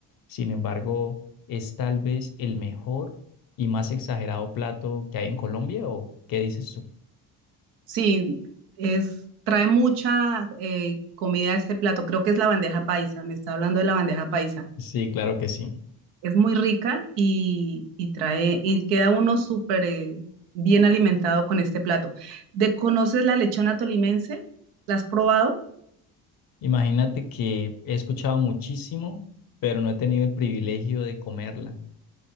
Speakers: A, on the left (about 55°); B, on the right (about 75°).
A: Sin embargo, es tal vez el mejor y más exagerado plato que hay en Colombia, ¿o qué dices tú?
B: Sí, es, trae mucha eh, comida a ese plato. Creo que es la bandeja paisa, me está hablando de la bandeja paisa.
A: Sí, claro que sí.
B: Es muy rica y, y trae, y queda uno súper eh, bien alimentado con este plato. ¿De conoces la lechona tolimense? ¿La has probado?
A: Imagínate que he escuchado muchísimo, pero no he tenido el privilegio de comerla.